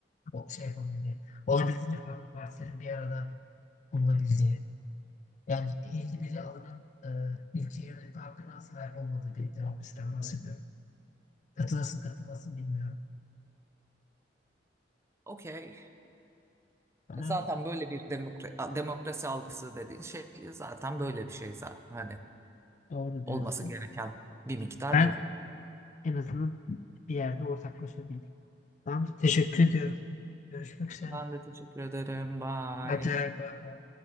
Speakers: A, on the left; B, on the right.
A: o şey yapabildiği, olabildiğince farklı partilerin bir arada bulunabildiği. Yani 51'i alanın e, ülke yönetme hakkına sahip olmadığı bir demokrasiden bahsediyorum. Katılırsın katılmasın bilmiyorum.
B: Okey.
A: Tamam
B: E, Zaten böyle bir demokra- demokrasi algısı dediğin şey zaten böyle bir şey zaten. Hani
A: doğru
B: olması
A: diyorsun.
B: gereken bir miktar
A: Ben
B: bu.
A: en azından bir yerde ortaklaşabildim. Tamamdır teşekkür ediyorum. Görüşmek üzere.
B: Ben de teşekkür ederim. Bye.
A: Hadi bay bay.